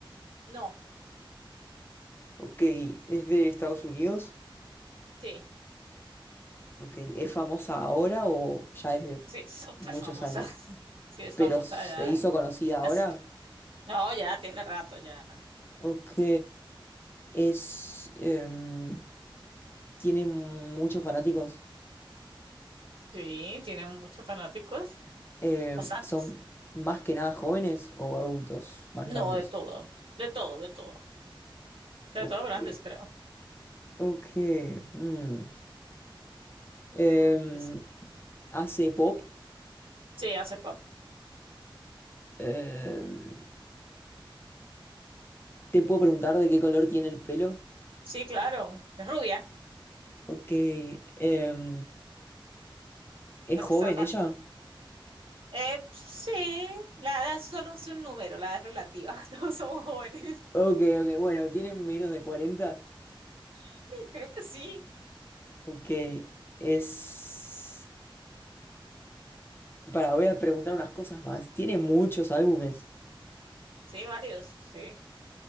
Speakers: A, on the right; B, on the left.
A: No,
B: Ok, es de Estados Unidos.
A: sí,
B: Ok, ¿es famosa ahora o ya desde
A: sí, súper
B: muchos
A: famosa.
B: años?
A: <laughs> Sí, es
B: pero
A: famosa
B: se
A: ya.
B: hizo conocida ahora.
A: Así- No, ya tiene rato ya.
B: Ok, es, em, tiene muchos fanáticos.
A: Sí, tiene muchos fanáticos,
B: Em,
A: bastantes.
B: son más que nada jóvenes o adultos más
A: No,
B: grandes.
A: de todo, de todo, de todo. Sobre
B: Ok,
A: todo grandes, creo.
B: ok. mm. Em,
A: Es-
B: hace pop.
A: Sí, hace pop.
B: Em, te puedo preguntar de qué color tiene el pelo.
A: Sí, claro. Es rubia.
B: Ok, em, ¿es
A: La
B: joven
A: pista fácil.
B: ella?
A: Eh, sí, la edad solo es un número, la edad es relativa. <laughs> Todos somos jóvenes.
B: Ok, ok, bueno, tiene menos de cuarenta,
A: <laughs> Creo que sí.
B: Ok, es... Para, voy a preguntar unas cosas más. Tiene muchos álbumes
A: Sí, varios, sí.